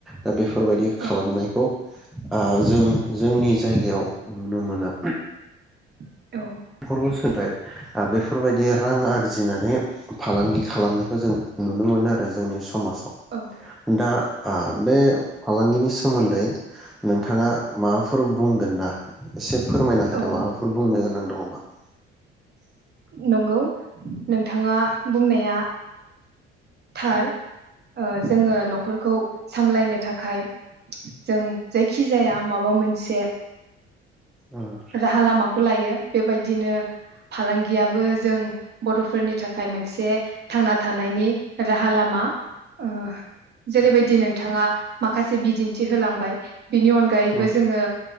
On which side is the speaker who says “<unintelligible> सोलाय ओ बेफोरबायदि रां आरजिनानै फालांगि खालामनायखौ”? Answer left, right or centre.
Centre